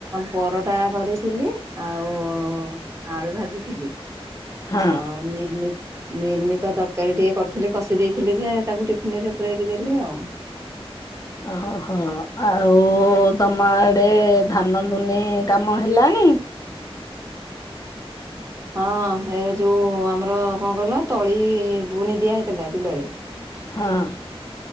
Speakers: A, on the right; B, on the left.
A: ପରଟା କରିଥିଲି ଆଉ ଆଳୁ ଭାଜିଥିଲି।
B: ହଁ
A: ଆଉ ମିଲମି-ମିଲିମିକର ତ ତରକାରୀ ଟିକେ କରିଥିଲି କଷି ଦେଇଥିଲି ଯେ ତାକୁ ଟିଫିନରେ ପୁରେଇକି ଦେଲି ଆଉ।
B: ଓହୋ ଆଉ ତମ ଆଡେ ଧାନ ଦୁନି କାମ ହେଲାଣି? ଣି?
A: ହଁ ଏ ଯୋଉ ଆମର କଣ କହିଲ ତଳି ବୁଣି ଦିଆ ହେଇଥିଲା ବିଲରେ
B: ହଁ।